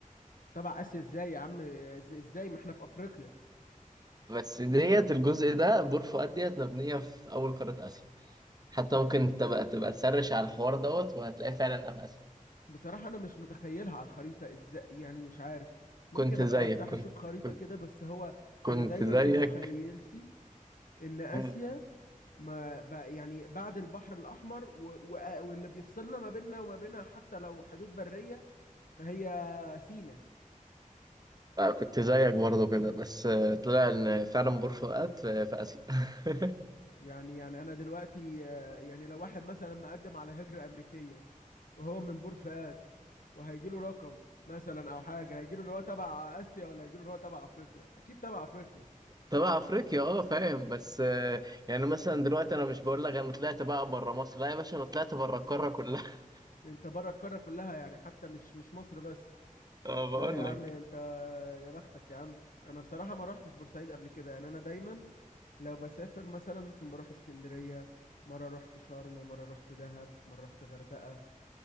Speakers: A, on the left (about 85°); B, on the right (about 30°).
A: تبع اسيا ازاي يا عم إز- ازاي ما احنا في افريقيا
B: بس ديت الجزء ده بور فؤاد ديت مبنية في أول قارة آسيا حتى ممكن تبقى تبقى تسرش على الحوار دوت وهتلاقيه فعلا في آسيا
A: بصراحة انا مش متخيلها على الخريطة ازاي يعني مش عارف ممكن
B: كنت
A: ابقى
B: زيك
A: افتح
B: كنت
A: اشوف خريطة
B: كنت
A: كده بس هو
B: كنت
A: انا دايما
B: زيك
A: في مخيلتي ان اسيا
B: مم.
A: ما بقى يعني بعد البحر الاحمر و... و... واللي بيفصلنا ما بيننا وما بينها حتى لو حدود برية فهي سينا
B: آه، كنت زيك برضه كده بس آه، طلع ان فعلا بور فؤاد في في اسيا <laughs>
A: يعني يعني انا دلوقتي آه، يعني لو واحد مثلا مقدم على هجرة امريكية وهو من بور فؤاد وهيجي له رقم مثلا او حاجه هيجي له ان هو تبع اسيا ولا هيجي له ان هو تبع افريقيا اكيد تبع افريقيا
B: تبع افريقيا اه فاهم بس آه، يعني مثلا دلوقتي انا مش بقول لك انا طلعت بقى بره مصر لا يا باشا انا طلعت بره القاره كلها <laughs>
A: انت بره القاره كلها يعني حتى مش مش مصر بس
B: اه بقول
A: لا يا عم
B: لك
A: انت يا بختك يا عم انا بصراحه ما روحتش بورسعيد قبل كده يعني انا دايما لو بسافر مثلا ممكن بروح اسكندريه مره رحت شرم مره رحت دهب مره رحت غردقه